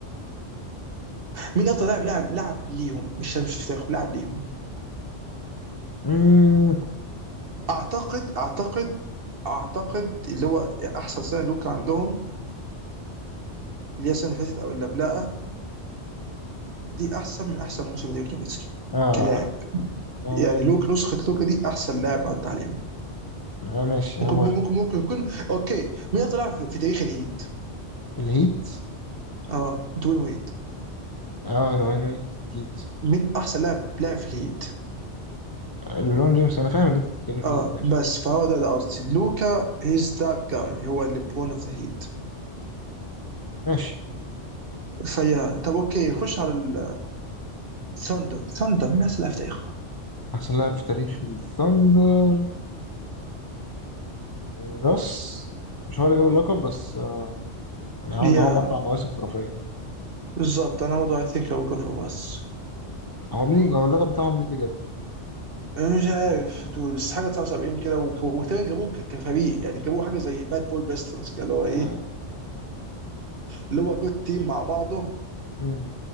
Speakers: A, on the right; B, on the left.
A: مين افضل لاعب لعب لعب ليهم مش مش في تاريخهم لعب ليهم
B: امم
A: اعتقد اعتقد اعتقد اللي هو احسن سنه لوكا عندهم اللي هي السنه اللي فاتت او اللي قبلها دي احسن من احسن موسم ديريك نوفيتسكي
B: اه
A: كلاعب
B: آه،
A: يعني لوك نسخه لوكا دي احسن لاعب عدى عليهم
B: آه، ماشي انا
A: ممكن
B: موافق
A: ممكن ممكن يكون اوكي مين افضل لاعب في في تاريخ الهيت
B: الهيت
A: اه دوين ويد
B: اه دواين وايت اكيد
A: مين احسن لاعب لاعب في الهيت
B: آه، ليبرون جيمس انا فاهم اللي انت بتتكلم فيه
A: اه بس فهو ده ده قصدي لوكا هيز ذات جاي هو اللي بون اوف ذا هيت
B: ماشي
A: فيا طب اوكي نخش على ال ثاندر ثاندر من احسن لاعب في تاريخهم
B: احسن لاعب في تاريخ الثاندر راس مش هو اللي جاب اللقب بس آه يعني عمل
A: يا
B: معاهم اربع مواسم خرافيه
A: بالظبط انا برضه اي ثينك اي جو فور اس
B: هو مين هو اللقب بتاعهم مين اللي جابه
A: مش عارف دول بس حاجه 79 كده وك- وتقريبا جابوه ك- كفريق يعني جابوه حاجه زي باد بوي بيستنز كده اللي هو ايه
B: آه.
A: اللي هو جود تيم مع بعضه
B: مم.